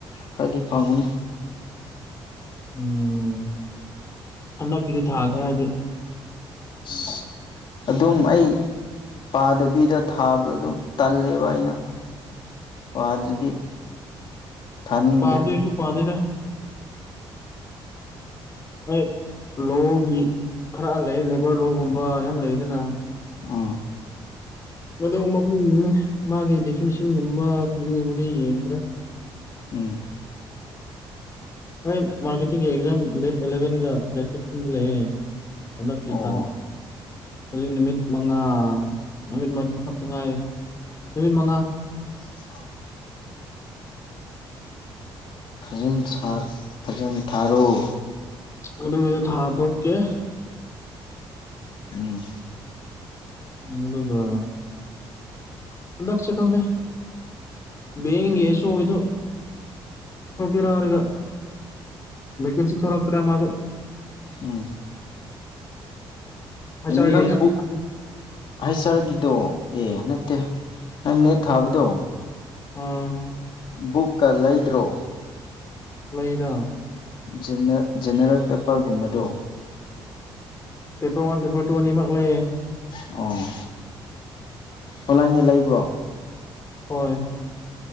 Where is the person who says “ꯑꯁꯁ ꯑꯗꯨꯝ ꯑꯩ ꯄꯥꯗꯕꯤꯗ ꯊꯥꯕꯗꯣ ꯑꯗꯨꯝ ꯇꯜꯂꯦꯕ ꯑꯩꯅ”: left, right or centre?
Left